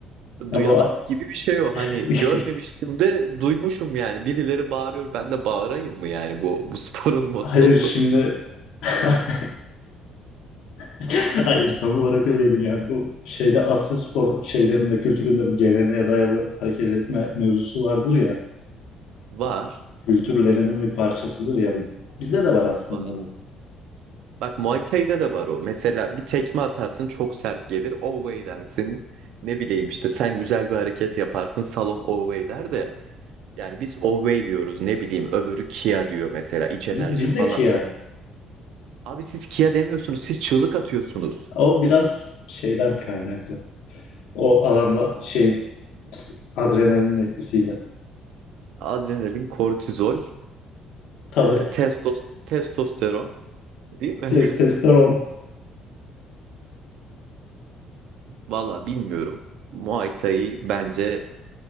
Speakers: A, on the left (about 75°); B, on the right (about 70°).
A: Ya
B: Duyanak
A: bu
B: gibi bir şey o. Hani
A: <laughs>
B: görmemiştim de duymuşum yani. Birileri bağırıyor ben de bağırayım mı yani bu, bu sporun mottosu.
A: Hayır şimdi <laughs> <laughs> Hayır tam olarak öyle değil yani bu şeyde Asya spor şeylerinde kültüründe bu geleneğe dayalı hareket etme mevzusu vardır ya
B: Var,
A: kültürlerinin bir parçasıdır ya bu bizde de var aslında
B: var.
A: bu
B: Bak Muay Thai'de de var o. Mesela bir tekme atarsın çok sert gelir. Away dersin. Ne bileyim işte sen güzel bir hareket yaparsın salon away der de. Yani biz Owey diyoruz ne bileyim öbürü Kia diyor mesela iç enerji
A: Biz- bizdeki
B: falan.
A: ya
B: Abi siz Kia demiyorsunuz siz çığlık atıyorsunuz.
A: o biraz şeyden kaynaklı o alanda şeyin adrenalinin etkisiyle
B: Adrenalin, kortizol,
A: tabii
B: e, testos, testosteron değil mi?
A: testosteron
B: <laughs> Valla bilmiyorum. Muay Thai bence